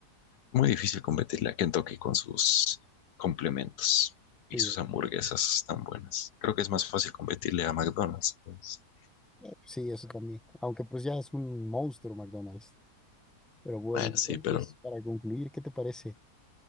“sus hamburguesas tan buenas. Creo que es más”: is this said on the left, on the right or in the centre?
Left